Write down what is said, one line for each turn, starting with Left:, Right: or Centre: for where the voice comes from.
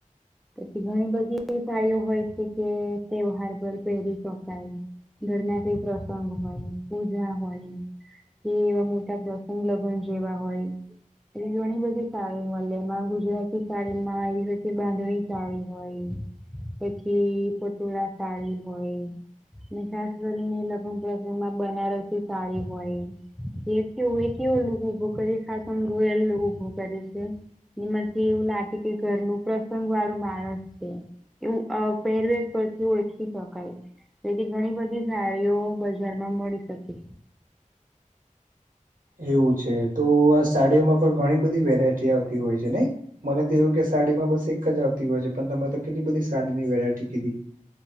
Centre: પછી ઘણી બધી એવી <unintelligible> ઓ હોય છે કે તહેવાર પર પહેરી. <inaudible> ઘર ના કઈ પ્રસંગ હોય, પૂજા હોય. એ એવા મોટા પ્રસંગ લગ્ન જેવા હોય. એટલે ઘણી બધી સાડી મળે. એમાં ગુજરાતી સાડી માં એ બધી બાંધણી સાડી હોય પછી <unintelligible> સાડી હોય. ખાસ કરીને લગ્ન પ્રસંગમાં બનારસી સાળી હોય. જે કેવુંય કેવો લોકો ઉભો કરી ખાસમ રોયલ ઉભું કરે છે. નીમાંથી એવું લાગે કે ઘર નું પ્રસંગ. <inaudible> માણસ છે એવું પહેરવેશ પરથી ઓળખી શકાય. તેથી ઘણી બધી સાડીઓ બજાર માં મળી શકે છે.
Right: એવું છે. તો આ સાડીઓમાં પણ ઘણી બધી વેરાયટી આવતી હોય છે. હે ને? મને તો એવું કે સાડીમાં બસ એક જ આવતી હોય છે. પણ તમે તો કેટલી બધી સાડીની વેરાયટી કીધી.